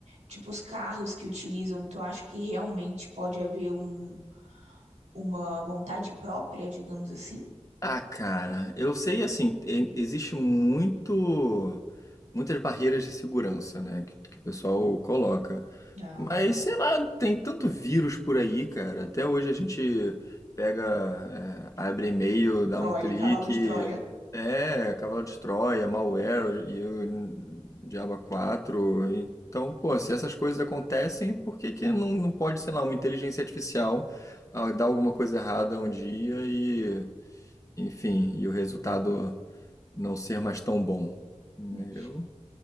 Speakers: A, on the right; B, on the left.
A: Tipo, os carros que utilizam, tu acha que realmente pode haver um, uma vontade própria, digamos assim?
B: Ah, cara, eu sei assim, e- existe muito muitas barreiras de segurança, né, que, que o pessoal coloca.
A: Ah,
B: Mas sei lá, tem tanto vírus por aí, cara. Até hoje a gente pega, é, abre e-mail, dá
A: Troia,
B: um clique,
A: cavalo de Troia.
B: é, cavalo de Troia, malware e o Diabo quatro, Então, pô, se essas coisas acontecem, por que que não, não pode, sei lá, uma inteligência artificial ah, dar alguma coisa errada um dia enfim, e o resultado não ser mais tão bom. né?
A: Né?
B: Eu...